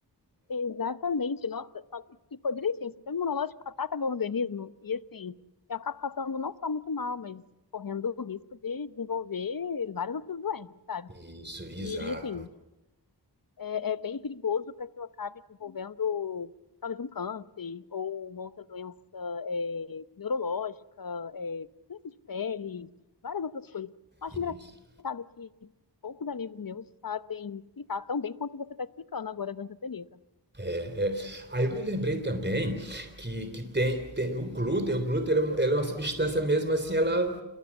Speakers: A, on the left; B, on the right.
A: Exatamente, nossa, só explicou direitinho. O Sistema imunológico ataca meu organismo e, assim, eu acabo passando não só muito mal, mas correndo o risco de desenvolver várias outras doenças, sabe?
B: Isso, exato.
A: E, assim, é, é bem perigoso para que eu acabe desenvolvendo talvez um câncer ou uma outra doença é, neurológica, é, doença de pele, várias outras coisas. Eu acho
B: Isso.
A: engraçado que poucos amigos meus sabem explicar tão bem quanto você está explicando agora a doença celíaca.
B: É, é. Aí eu me lembrei também que, que tem, tem o glúten, o glúten ele é, um- ele é uma substância mesmo assim, ela